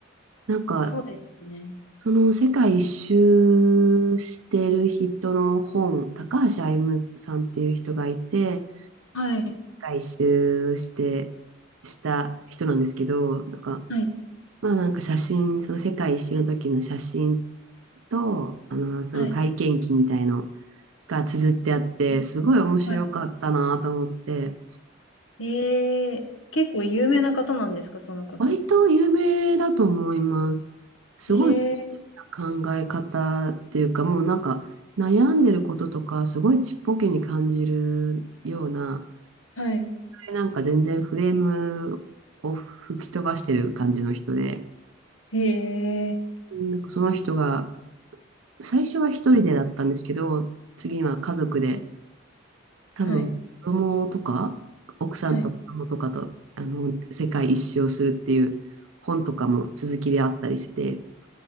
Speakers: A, on the right (about 80°); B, on the left (about 80°).
A: なんか、
B: そうですね。
A: その世界一周してる人の本、高橋歩さんっていう人がいて、世
B: はい。
A: 界一周して、した人なんですけど、なんか、
B: はい。
A: まあなんか写真、その世界一周の時の写真と、あの、その体験記みたいの
B: はい。
A: が綴ってあって、
B: え
A: すごい面白かったなと思って。
B: はいはいえー、結構有名な方なんですか、その方。
A: 割と有名だと思います。すごい自由
B: えー、
A: な考え方っていうか、もうなんか悩んでることとか、すごいちっぽけに感じるような、
B: はい。
A: なんか全然フレームを吹き飛ばしてる感じの人で、
B: え
A: なんかその人が、最初は一人でだったんですけど、次は家族で、多分子供とか、
B: ー、はい。
A: 奥さんと子供とかと、
B: はい
A: あの、世界一周をするっていう本とかも続きであったりして、